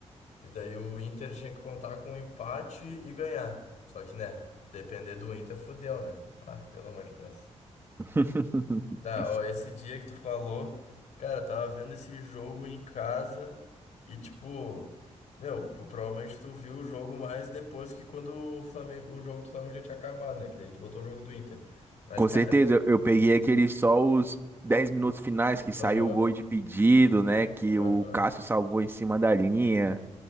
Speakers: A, on the left; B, on the right.
A: E daí o Inter tinha que contar com um empate e ganhar. Só que, né, depender do Inter, fudeu, né? Ah, pelo amor de Deus.
B: <laughs>
A: Dá, ó, esse dia que tu falou, cara, eu tava vendo esse jogo em casa e, tipo, meu, pro- provavelmente tu viu o jogo mais depois que quando o Flamengo, o jogo do Flamengo já tinha acabado, né? Que daí tu botou o jogo do Inter. Mas,
B: Com
A: cara,
B: certeza, eu eu peguei aqueles só os 10 minutos finais que saiu
A: aham,
B: o gol de pedido, né, que
A: aham.
B: o Cássio salvou em cima da linha.